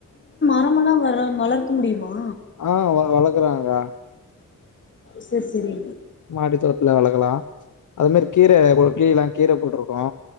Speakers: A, on the left; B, on the left.
A: மரமல்லா வர வளர்க்க முடியுமா
B: ஆ வ வளக்குறாங்க
A: செர் செரி
B: மாடி தோட்த்ல வளக்கலா அது மாரி கீர கீ ல்லா கீர போட்டுருக்கோ